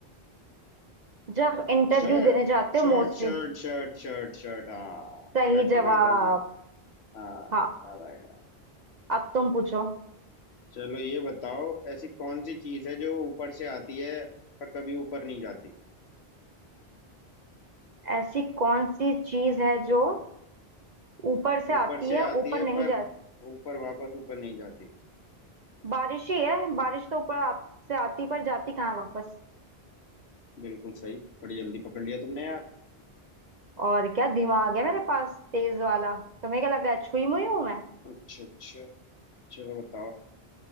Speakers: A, on the right (about 45°); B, on the left (about 75°).
A: जब इंटरव्यू
B: Shirt
A: देने जाते हो
B: shirt
A: मोस्टली
B: shirt shirt shirt shirt हाँ
A: सही
B: शर्ट के
A: जवाब
B: गर्दन हाँ हाँ,
A: हाँ
B: याद आएगा
A: अब तुम पूछो
B: चलो ये बताओ ऐसी कौन सी चीज है जो ऊपर से आती है पर कभी ऊपर नहीं जाती
A: ऐसी कौन सी चीज है जो ऊपर से
B: ऊपर
A: आती
B: से
A: है
B: आती
A: ऊपर
B: है
A: नहीं
B: पर
A: जाती
B: ऊपर वापस ऊपर नहीं जाती
A: बारिश ही है बारिश तो ऊपर आ, से आती पर जाती कहाँ है वापस
B: बिल्कुल सही बड़ी जल्दी पकड़ लिया तुमने यार
A: और क्या दिमाग है मेरे पास तेज वाला तुम्हें क्या लगा छुई मुई हूं मैं
B: अच्छा अच्छा चलो बताओ